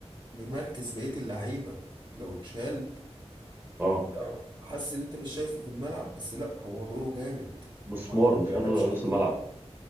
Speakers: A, on the right (about 40°); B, on the right (about 20°).
A: ممركز بقيه اللعيبه لو اتشال
B: اه
A: آه، حاسس ان انت مش شايفه في الملعب بس لا هو دوره جامد
B: مسمار
A: هو ما
B: مسمار
A: بيقربش
B: نص
A: للجون
B: الملعب